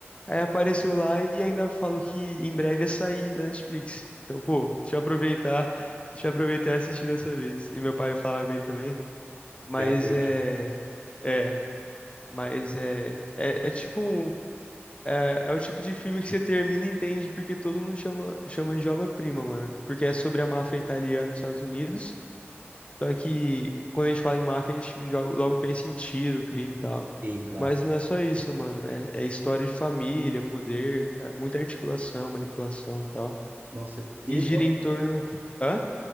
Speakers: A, on the left; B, on the right.
A: Aí apareceu lá e ainda falou que em breve ia sair da Netflix. Então, pô, deixa eu aproveitar, <laughs> deixa eu aproveitar e assistir dessa vez. E meu pai falava bem também. Mas
B: Foi a peixe,
A: é. É, mas é. É, é tipo. É, é o tipo de filme que você termina e entende porque todo mundo chama, chama de obra-prima, mano. Porque é sobre a máfia italiana nos Estados Unidos. Só que quando a gente fala em máfia, a gente joga- logo pensa em tiro, crime e tal.
B: sim, claro.
A: Mas não é só isso, mano. É, é história de família, poder, é muita articulação, manipulação e tal.
B: Nossa,
A: E
B: eu,
A: gira em torno. Hã?